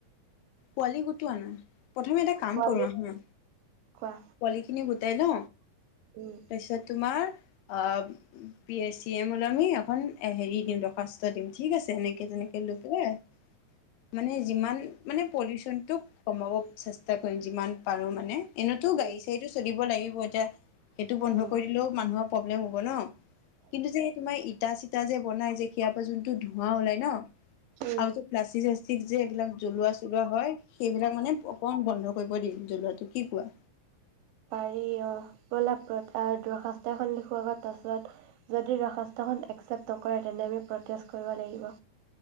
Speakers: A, on the left; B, on the right.
A: পোৱালি গোটোৱা না। প্ৰথমে এটা কাম
B: কোৱা
A: কৰোঁ আহা
B: কোৱা।
A: পোৱালি খিনি গোট তেনু।
B: উম
A: তাপিছত তোমাৰ। অ পি এ চি এমলে আমি এখন হেৰি দিম দৰ্খাস্ত দিম ঠিক আছে সেনেকে কেইজনিকে লৈ পেলাই মানে যিমান মানে পলিউচনটো কমাব চেষ্টা কৰিম যিমান পাৰোঁ মানে এনেইটো গাৰি
B: উম
A: চাৰি সেইটো চলিব লাগিব এতিয়া সেইটো বন্ধ
B: উম
A: কৰি দিলেওঁ মানুহক। প্ৰব্লেম হ'ব ন। কিন্তু যে তোমাৰ ইটা চি ইটা যে বনাই যে সিয়াপা যোনটো ধোঁৱা ওলাই ন
B: উম
A: আৰু যে প্লাষ্টিক ঠিক যে এইবিলাক জলোৱা জলোৱা হয় সেইবিলাক মানে অকণ বন্ধ কৰিব দিম জ্বলোৱাটো কি কোৱা।
B: পাৰি অ প্ৰলাপ দৰখাস্ত এখন লিখো আগত পাছত যদি দৰখাস্তখন একচেপ্ট নকৰে তেনে আমি প্ৰতেছ কৰিব লাগিব।